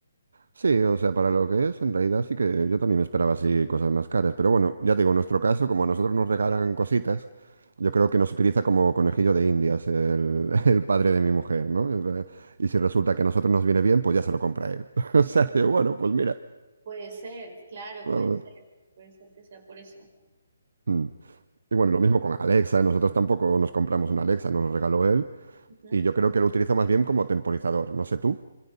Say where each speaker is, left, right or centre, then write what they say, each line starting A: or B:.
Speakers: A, on the right; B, on the right.
A: Sí, o sea, para lo que es, en realidad sí que yo también me esperaba así cosas más caras. Pero bueno, ya te digo, en nuestro caso, como a nosotros nos regalan cositas, yo creo que nos utiliza como conejillo de Indias el, <laughs> el padre de mi mujer, ¿no? Es la- Y si resulta que a nosotros nos viene bien, pues ya se lo compra él. <laughs> O sea, que bueno, pues mira.
B: Puede ser, claro,
A: vamos.
B: puede ser, puede ser que sea por eso.
A: Mm. Y bueno, lo mismo con Alexa, nosotros tampoco nos compramos una Alexa, nos lo regaló él.
B: Ujú.
A: Y yo creo que lo utiliza más bien como temporizador, no sé tú.